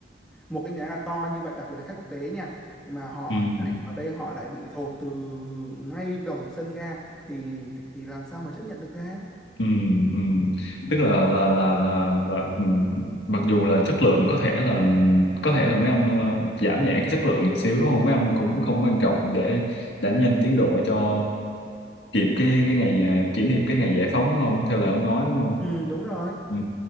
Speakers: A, in the centre; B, on the left.
A: một cái nhà ga to như vậy, đặc biệt là khách quốc tế nha, mà họ
B: ừ
A: chạy vào đây họ lại bị dồn từ ngay đồng sân ga thì thì, thì làm sao mà chấp nhận được ta?
B: ừ ừ tức là là là là và, ừ, mặc dù là chất lượng có thể là có thể là mấy ông ờ, giảm nhẹ cái chất lượng một xíu đúng không mấy ông cũng không quan trọng để đánh nhanh tiến độ cho kịp cái cái ngày à, kỷ niệm cái ngày giải phóng đúng không theo lời ông nói đúng không
A: Ừ, đúng rồi.
B: Ừ.